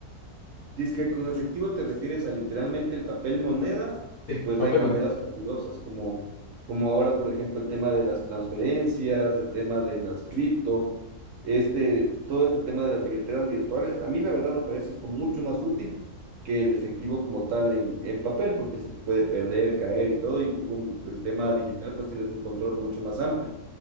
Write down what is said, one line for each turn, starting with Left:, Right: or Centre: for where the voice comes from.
Right: Dice que con efectivo te refieres a literalmente el papel moneda,
Left: Sí,
Right: pues
Left: papel
Right: hay maneras
Left: moneda.
Right: fabulosas, como, como ahora, por ejemplo, el tema de las transferencias, el tema de las cripto, este, todo este tema de las billeteras virtuales. A mí la verdad me parece esto mucho más útil que el efectivo como tal en, en papel, porque se te puede perder, caer y todo, y tú con el tema digital pues tienes un control mucho más amplio,